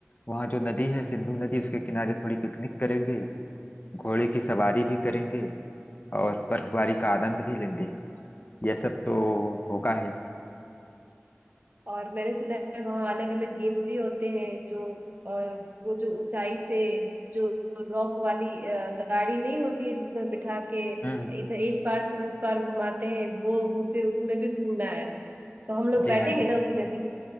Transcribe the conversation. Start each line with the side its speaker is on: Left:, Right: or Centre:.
Left: वहाँ जो नदी है सिंधु नदी उसके किनारे थोड़ी पिकनिक करेंगे घोड़े की सवारी भी करेंगे और बर्फबारी का आनंद भी लेंगे यह सब तो होगा ही
Right: और मैंने सुना है वहाँ अलग अलग गेम्स भी होते हैं जो अ, वो जो ऊंचाई से जो रॉक वाली अ, गाड़ी नहीं होती है जिसमें बिठा के
Left: हम्म
Right: इधर इस पार से उस पार घुमाते हैं वो मुझे उसमें भी घूमना है तो हम लोग
Left: जी
Right: बैठेंगे
Left: हाँ जी
Right: ना उसमें भी